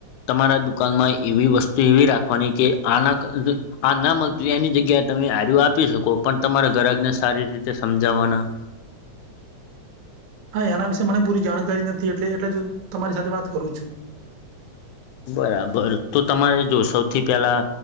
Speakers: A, on the left; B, on the right.
A: તમારા દુકાનમાં એવી વસ્તુ એવી રાખવાની કે આના હ ના મળતું એની જગ્યાએ તમે આર આપી શકો પણ તમારા ઘરજને સારી રીતે સમજાવવાના.
B: હા એના વિશે મને પૂરી જાણકારી નથી એટલે એટલે જ તમારી સાથે વાત કરું છું.
A: બરાબર તો તમારે જો સૌથી પેલા